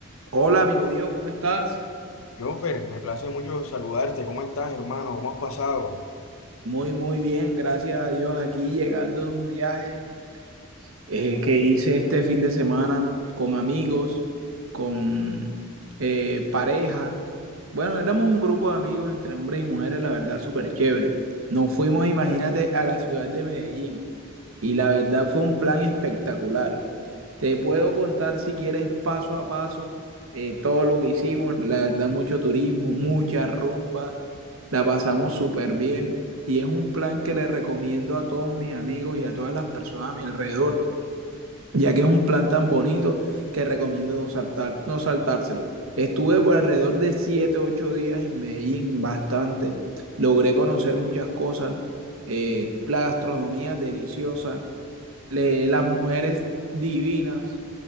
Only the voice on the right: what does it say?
Hola, amigo Diego, ¿cómo estás?
Muy, muy bien, gracias a Dios. Aquí llegando de un viaje eh, que hice este fin de semana con amigos, con eh, pareja. Bueno, éramos un grupo de amigos entre hombres y mujeres, la verdad, súper chévere. Nos fuimos, imagínate, a la ciudad de Medellín y la verdad fue un plan espectacular. Te puedo contar si quieres paso a paso eh, todo lo que hicimos. La verdad, mucho turismo, mucha rumba. La pasamos súper bien. Y es un plan que le recomiendo a todos mis amigos y a todas las personas a mi alrededor, ya que es un plan tan bonito que recomiendo no, saltar, no saltárselo. Estuve por alrededor de 7, 8 días en Medellín, bastante. Logré conocer muchas cosas. eh, la gastronomía deliciosa, le- las mujeres divinas